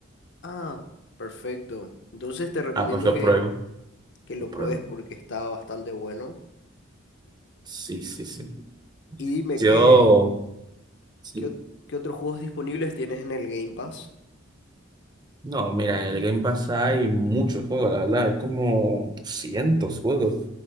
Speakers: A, on the left; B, on the right.
A: Ah, perfecto. Entonces te recomiendo
B: Ah, pues lo
A: que,
B: pruebo,
A: que lo
B: lo pruebo.
A: pruebes porque está bastante bueno.
B: Sí, sí, sí.
A: Y dime
B: Yo,
A: qué,
B: sí.
A: qué, ot- qué otros juegos disponibles tienes en el Game Pass.
B: No, mira, en el Game Pass hay muchos juegos, la verdad, hay como 200 juegos.